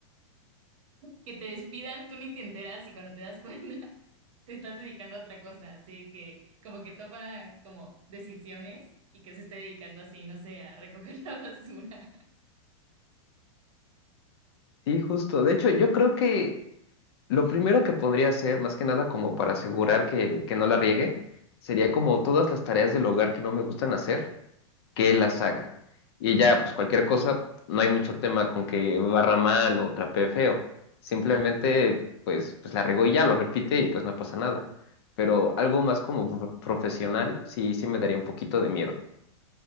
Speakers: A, on the right (about 75°); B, on the left (about 55°).
A: Que te despidan, tú ni te enteras y cuando te das cuenta <laughs> te estás dedicando a otra cosa. Así que como que toma como decisiones y que se esté dedicando así, no sé, a recoger <laughs> la basura.
B: Sí, justo. De hecho, yo creo que lo primero que podría hacer, más que nada como para asegurar que, que no la riegue, sería como todas las tareas del hogar que no me gustan hacer, que él las haga. Y ya, pues cualquier cosa, no hay mucho tema con que barra mal o trapee feo. Simplemente, pues, pues la regó y ya lo repite y pues no pasa nada. Pero algo más como prof- profesional, sí, sí me daría un poquito de miedo.